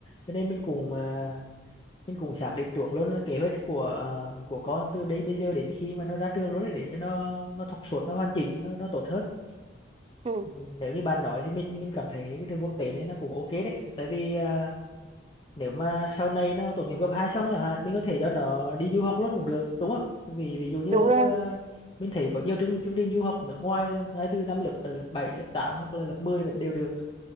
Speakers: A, on the left; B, on the right.
A: Cho nên mình cũng à, mình cũng xác định trước luôn là kế hoạch của à, của con từ đây bây giờ đến khi mà nó ra trường luôn đấy để cho nó nó thọc suốt nó hoàn chỉnh nó nó tốt hơn
B: ừ,
A: Ừm, nếu như bạn nói thì mình mình cảm thấy cái trường quốc tế này nó cũng ok đấy tại vì à, nếu mà sau này nó tốt nghiệp cấp 2 xong chẳng hạn mình có thể cho nó đi du học luôn cũng được đúng không vì ví dụ như
B: đúng rồi
A: ờ, mình thấy có nhiều chương, chương trình du học nước ngoài ngay từ năm lớp lớp 7, lớp 8 hoặc là lớp mười vẫn đều được